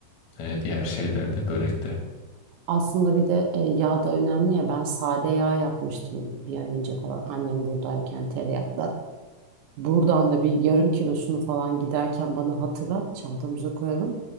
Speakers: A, on the left; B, on the right.
A: e, diğer şeylerde, börekte.
B: Aslında bir de e, yağ da önemli ya ben sade yağ yapmıştım bir ay önce falan annem buradayken tereyağı Buradan da bir yarım kilosunu falan giderken bana hatırlat, çantamıza koyalım.